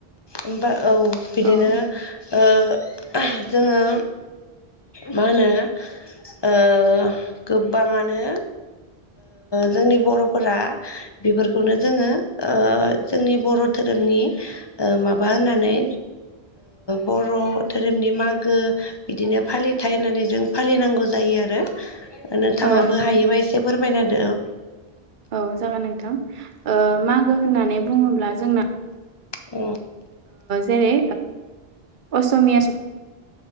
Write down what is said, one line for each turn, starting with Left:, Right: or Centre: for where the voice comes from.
Left: होमबा औ बिदिनो
Right: औ
Left: ओ जोङो मा होनो गोबाङानो जोंनि बर'फोरा बेफोरखौनो जोङो जोंनि बर' धोरोमनि माबा होननानै बर' धोरोमनि मागो बिदिनो फालिथाय होननानै जों फालिनांगौ जायो आरो नोंथाङाबो
Right: औ नंगौ
Left: हायोबा एसे फोरमायना होदो औ
Right: औ जागोन नोंथां मागो होननानै बुंङोब्ला जोंना
Left: औ
Right: जेरै असमिया